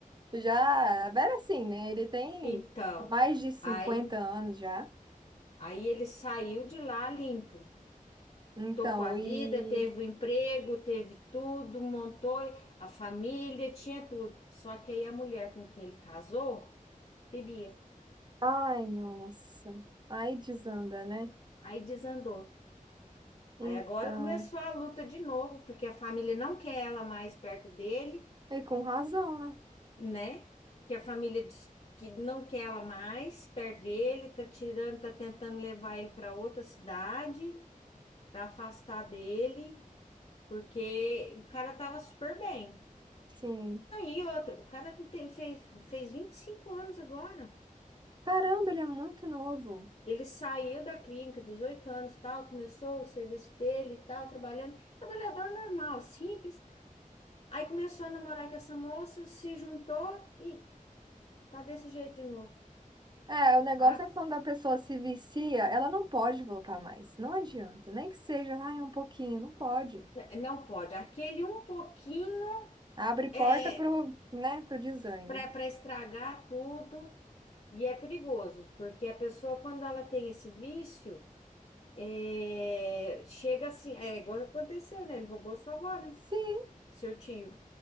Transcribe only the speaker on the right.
já é velho assim, né? Ele tem
mais de cinquenta
anos já.
Então,
e.
Ai, nossa. Aí desanda, né?
Então.
E com razão, né?
Sim.
Caramba, ele é muito novo.
É, o negócio
é quando a pessoa se vicia, ela não pode voltar mais. Não adianta. Nem que seja, ai, um pouquinho. Não pode.
Abre porta
pro, né, pro desande.
Sim.